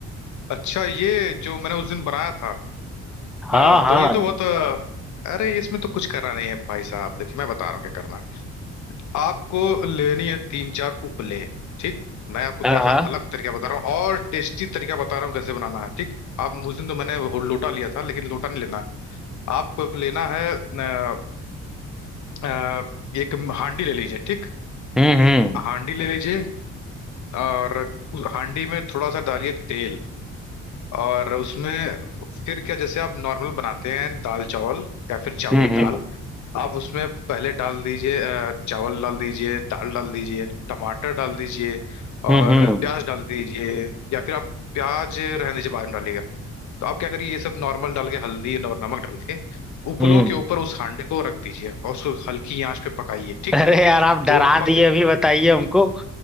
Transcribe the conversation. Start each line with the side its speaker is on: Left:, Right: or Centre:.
Left: अच्छा ये जो मैंने उस दिन बनाया था
Centre: हाँ
Left: अ,
Centre: हाँ
Left: तो ये तो बहुत अ, अरे इसमें तो कुछ करना नहीं है भाई साहब देखिए मैं बता रहा हूँ क्या करना है आपको लेनी है तीन चार उपले ठीक मैं आपको
Centre: हाँ
Left: थोड़ा सा
Centre: हाँ
Left: अलग तरीका बता रहा हूँ और टेस्टी तरीका बता रहा हूँ कैसे बनाना है ठीक आप उस दिन तो मैंने वो लोटा लिया था लेकिन लोटा नहीं लेना है आपको लेना है अ, अ, एक हांडी ले लीजिए ठीक
Centre: हम्म हम्म
Left: हांडी ले लीजिए और उस हांडी में थोड़ा सा डालिए तेल और उसमें फिर क्या जैसे आप नॉर्मल बनाते हैं दाल चावल या फिर चावल
Centre: हम्म
Left: दाल
Centre: हम्म
Left: आप उसमें पहले डाल दीजिए अ, चावल डाल दीजिए दाल डाल दीजिए टमाटर डाल दीजिए
Centre: हम्म
Left: और
Centre: हम्म हम्म
Left: प्याज डाल दीजिए या फिर आप प्याज रहने दीजिए बाद में डालिएगा तो आप क्या करिए ये सब नॉर्मल डाल के हल्दी और नमक डाल के उपलों
Centre: हम्म।
Left: के ऊपर उस हांडे को रख दीजिए और उसको हल्की आंच पे पकाइए ठीक
Centre: अरे यार आप डरा
Left: जब वो
Centre: दिए
Left: पक
Centre: अभी बताइए हमको